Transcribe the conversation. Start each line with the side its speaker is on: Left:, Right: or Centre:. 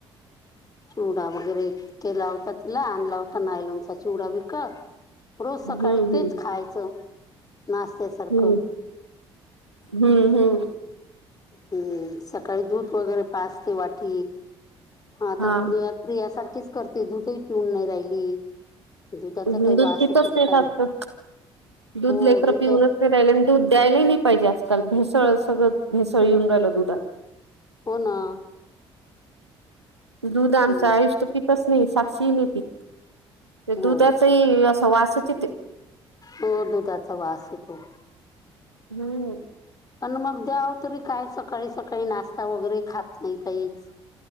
Left: चिवडा वगैरे केला होता तिला, आणला होता नायलोनचा चिवडा विकत. रोज सकाळी
Right: हम्म
Left: तेच
Right: हम्म
Left: खायाचं. नाचते सारखं
Right: हम्म
Left: हा.
Right: हम्म हम्म
Left: हम्म, सकाळी दूध वगैरे पाजते वाटीत. मग आता
Right: हा
Left: प्रियासारखीच करते दुधही पिऊन नाही राहिली. दुधाचा
Right: दूध
Left: काही वास
Right: पितोच
Left: येतो
Right: ते
Left: काय
Right: सारखं, दूध
Left: हो
Right: लई खर
Left: दुध
Right: पिऊनच
Left: हो
Right: <unintelligible> दूध द्यायलाही नाही पाहिजे आजकाल भेसळ सगळं भेसळ येऊन राहिलं दुधात.
Left: हो ना.
Right: दूध आमचं
Left: हम्म.
Right: आयुष्य तर पितच नाही, साक्षीही नाही पित. ते
Left: हो
Right: दूध ते असं वासच येते.
Left: हो दुधाचा वास येतो.
Right: हम्म.
Left: पण मग द्याव तरी काय सकाळी सकाळी नाश्ता वगैरे खात नाही काहीच.